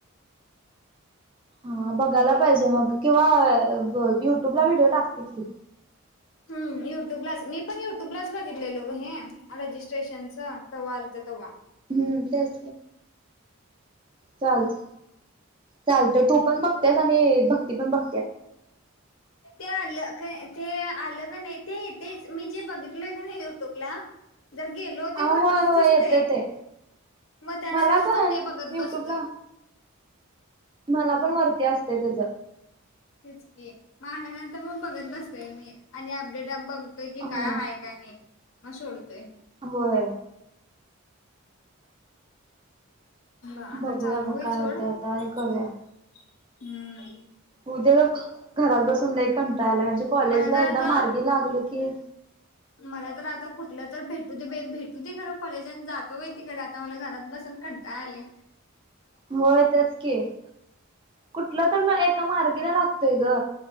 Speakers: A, on the right; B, on the left.
A: हा बघायला पाहिजे मग किंवा ब युट्युबला व्हिडिओ टाकतील कि
B: हम्म. युट्यूबलाच मी पण युट्यूबलाच बघितलेलो हे रजिस्ट्रेशनच तेव्हा आलत तेव्हा.
A: हम्म त्याच चालत. चाल तर तू पण बघत्यास आणि भक्ती पण बघ.
B: त्या आणलं काय? ते आलं का नाही ते तेच मी जे बघितल आहे का नाही युट्यूब ला. जर गेलो तर
A: आ
B: ते
A: होय
B: वरतीज
A: होय
B: दीतय
A: येतय ते
B: मग त्या
A: मला
B: नंतर
A: पण
B: मग ते बघत
A: युट्यूबला
B: बसतोय.
A: मला पण वरती असते तेज
B: ते चकी माल्या नंतर मग बघत बसतोय मी आणि अपडेट बघ. तोय की
A: होय
B: काय आहे का नाही म सोडतोय.
A: होय.
B: आता
A: बघूया
B: चालू
A: मग
B: होईल
A: काय
B: सोड
A: होतंय आता आणि
B: हम्म.
A: करूया उद्या बग घरात बसून लय कंटाळाला म्हणजे कॉलेज
B: मला
A: ला
B: तर
A: एकदा
B: आता
A: मार्गी लागल की
B: मला तर आता कुठलं तर भेटू दे भेटू दे खरं कॉलेजन जातो व तिकडे आता मला घरात बसून कंटा आले
A: होय तेच की कुठलं तर एका मार्गीला लागतोय ग